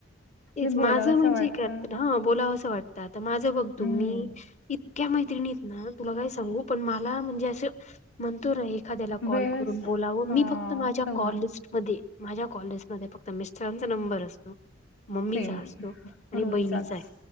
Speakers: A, on the left; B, on the left.
A: तेच
B: म्हणजे
A: माझं
B: बोलावसं
A: म्हणजे,
B: वाटतं.
A: ह बोलावं असं वाटतं आता माझं बघ तु
B: हं.
A: मी इतक्या मैत्रिणी आहे ना, तुला काय सांगू, पण मला म्हणजे असं म्हणतो ना एखाद्याला कॉल
B: वेळच
A: करून बोलावं,
B: अ
A: मी फक्त माझ्या
B: तेवढा
A: कॉल लिस्टमध्ये माझ्या कॉललिस्ट मध्ये फक्त मिस्टरांचा नंबर असतो. मम्मीचा
B: सेम,
A: असतो आणि
B: रोजचाच
A: बहिणीचा आहे